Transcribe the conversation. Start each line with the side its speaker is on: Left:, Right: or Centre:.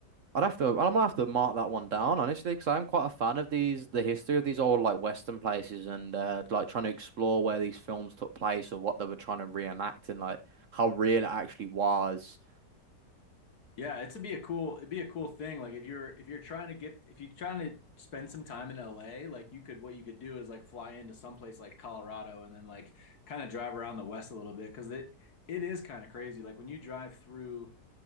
Right: I'd have to, I might have to mark that one down honestly, because I'm quite a fan of these, the history of these old like Western places, and uh, like trying to explore where these films took place or what they were trying to reenact and like how real it actually was.
Left: Yeah, it's to be a cool, it'd be a cool thing. Like if you're, if you're trying to get, if you're trying to spend some time in LA, like you could, what you could do is like fly into someplace like Colorado and then like kind of drive around the West a little bit because it, it is kind of crazy. Like when you drive through,